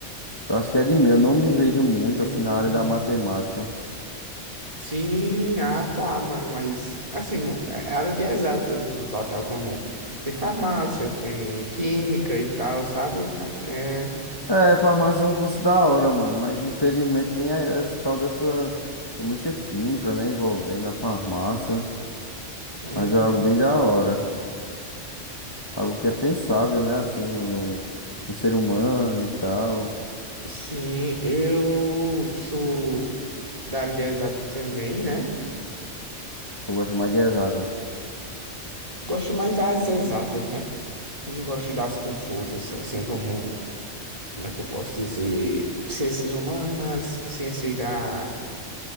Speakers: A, on the left; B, on the right.
A: Eu acho que é de mim, eu não me vejo muito
B: Sim.
A: assim na área da matemática.
B: Sim, ah tá, mano, mas assim, não, é área de exatas no total, como tem farmácia, tem química e tal, sabe? Acho que é.
A: É, farmácia é um curso da hora, mano, mas infelizmente tem a- essa tal dessa, tem muita química, né, envolvendo a farmácia,
B: hum,
A: mas é algo bem da hora, algo que é pensável, né, assim, no, no, no ser humano e tal.
B: sim, eu sou da área de exatas também, né?
A: Tu gosta mais de exatas.
B: Gosto mais das exatas, né? Não gosto das confusas, assim como, como é que eu posso dizer? Ciências humanas, ciência da